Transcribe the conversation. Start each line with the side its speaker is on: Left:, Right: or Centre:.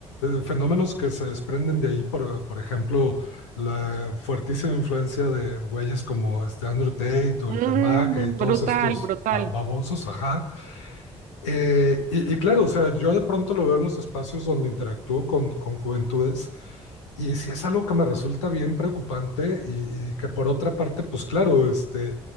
Left: fenómenos que se desprenden de ahí, por, por ejemplo, la fuertísima influencia de güeyes como este Andrew Tate o
Right: Mm,
Left: el Temac y todos
Right: brutal,
Left: estos
Right: brutal.
Left: babosos, ajá, eh, y, y claro, o sea, yo de pronto lo veo en los espacios donde interactúo con, con juventudes y sí es algo que me resulta bien preocupante y, y que por otra parte, pues claro, este,